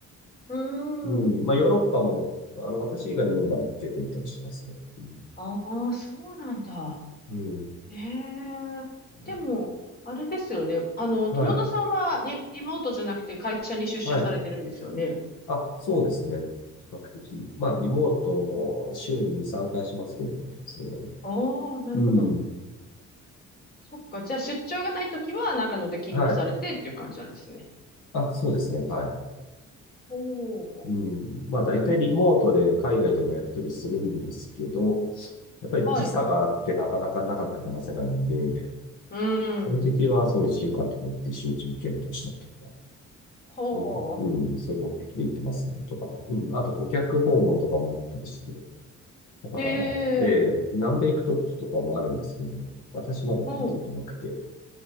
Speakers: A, on the left (about 30°); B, on the left (about 80°).
A: うー
B: うん。
A: ん。
B: まあ、ヨーロッパも、あの、私以外のメンバー結構行ったりしてますね。うん。
A: ああ、そうなんだ。
B: うん
A: ええ。
B: ね
A: でも、あれですよね。あの、
B: はい。
A: 友野さんはリ、リモートじゃなくて会社に出社されてるんですよね。
B: はい。あ、そうですね。比較的。まあ、リモートも週に2、3回しますけどね。それでも。
A: ああ、なるほど。
B: うん。
A: そっか。じゃあ出張がないときは長野で勤務されてっていう感じなんですね。
B: はい。あ、そうですね。はい。
A: おお、
B: うん。まあ、大体リモートで海外ともやり取りするんですけど、
A: そうか。
B: やっぱり時差があってなかなか長く話せないんで、
A: はい。う
B: そういう時は、
A: ん。
B: そう、一週間とか行って集中検討したりとか、
A: ほう。
B: そういうこ、うん、そういう目的で行ってますね、とか、うん、あと顧客訪問とかもあったりして、だから、
A: へ
B: ええ、
A: え。
B: 南米行く時とかもあるんですけど、私まだ聞いたことなくて、
A: ほう。